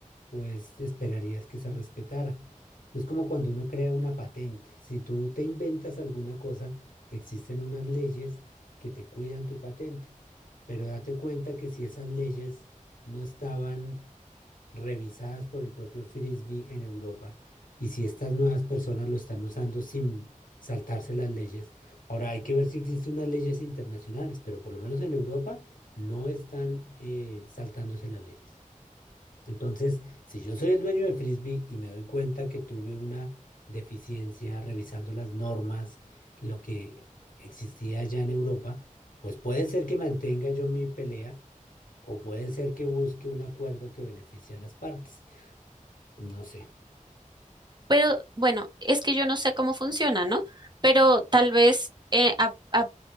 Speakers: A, on the left (about 80°); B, on the right (about 35°).
A: pues esperarías que se respetara. Es como cuando uno crea una patente. Si tú te inventas alguna cosa, existen unas leyes que te cuidan tu patente, pero date cuenta que si esas leyes no estaban revisadas por el propio Frisbee en Europa y si estas nuevas personas lo están usando sin saltarse las leyes, ahora hay que ver si existen unas leyes internacionales, pero por lo menos en Europa no están eh, saltándose las leyes. Entonces, si yo soy el dueño de Frisbee y me doy cuenta que tuve una deficiencia revisando las normas, lo que existía allá en Europa, pues puede ser que mantenga yo mi pelea o puede ser que busque un acuerdo que beneficie a las partes. No sé.
B: Pero bueno, es que yo no sé cómo funciona, ¿no? Pero tal vez eh, a, a-